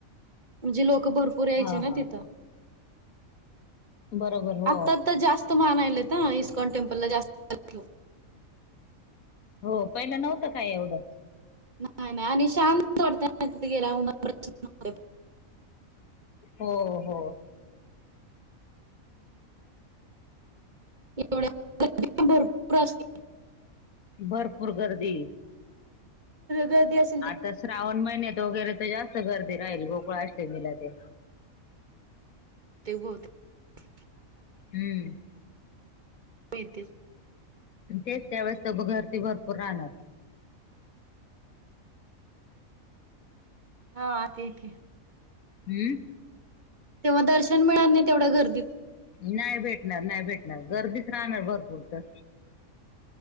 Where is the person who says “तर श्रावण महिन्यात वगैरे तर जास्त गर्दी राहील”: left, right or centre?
Left